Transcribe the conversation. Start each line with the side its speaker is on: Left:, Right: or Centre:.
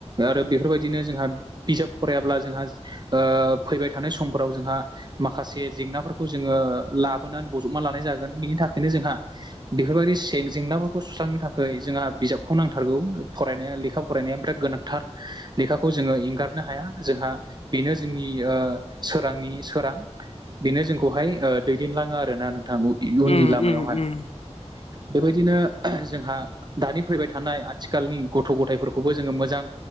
Right: आरो बेफोरबायदिनो जोंहा बिजाब फरायाब्ला जोंहा ओ फैबाय थानाय समफोराव जोंहा माखासे जे जेंनाफोरखौ जोङो लाबोनानै बजबना लानाय जागोन बिनि थाखायनो जोंहा बेफोरबायदि जेंनाफोरखौ सुस्रांनो थाखाय जोंहा बिजाबखौ नांथारगौ फरायनाया लेखा फरायनाया बिराद गोनांथार लेखाखौ जोङो एंगारनो हाया जोंहा बेनो जोंनि ओ सोरांनि सोरां बेनो जोंखौहाय ओ दैदेनलाङो आरो ना नोंथां इयुननि
Left: उम
Right: लामायावहाय।
Left: उम उम
Right: बेबायदिनो जोंहा दानि फैबाय थानाय आथिखालनि गथ' गथायाइफोरखौबो जोङो मोजां